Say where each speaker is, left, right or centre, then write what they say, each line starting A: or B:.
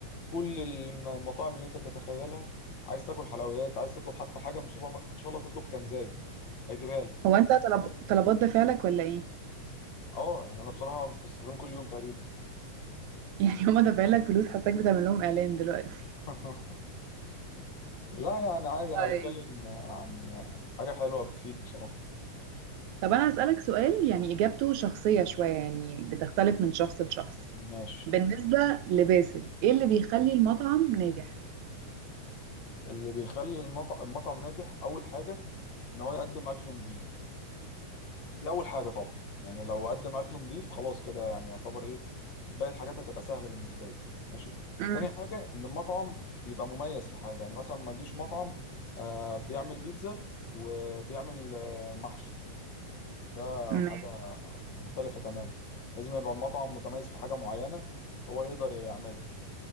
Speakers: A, on the left (about 60°); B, on the right (about 75°).
A: كل الم- المطاعم اللي انت تتخيلها عايز تاكل حلويات عايز تطلب حتى حاجه من السوبر ماركت ان شاء الله تطلب كنزاي هيجيبها لك
B: هو انت طلب... طلبات دافع لك ولا ايه
A: اه يعني انا بصراحه بستخدمه كل يوم تقريبا
B: <laughs> يعني هما دافعين لك فلوس حاساك بتعمل لهم اعلان دلوقتي
A: <laughs> لا يعني عادي انا
B: طيب
A: بتكلم عن حاجه حلوه بتفيد بصراحه
B: طب انا هسألك سؤال يعني اجابته شخصيه شويه يعني بتختلف من شخص لشخص
A: ماشي
B: بالنسبه لباسل ايه اللي بيخلي المطعم ناجح
A: اللي بيخلي المط- المطعم ناجح اول حاجه ان هو يقدم اكل نظيف دي اول حاجه طبعا يعني لو قدم اكل نظيف خلاص كده يعني يعتبر ايه باقي الحاجات هتبقى سهله بالنسبه له ماشي
B: امم
A: تاني حاجه ان المطعم يبقى مميز في حاجه يعني مثلا ما يجيش مطعم آه بيعمل بيتزا وبيعمل آه محشي ده
B: ماشي
A: حاجه مختلفه تماما لازم يبقى المطعم متميز في حاجه معينه هو يقدر يعملها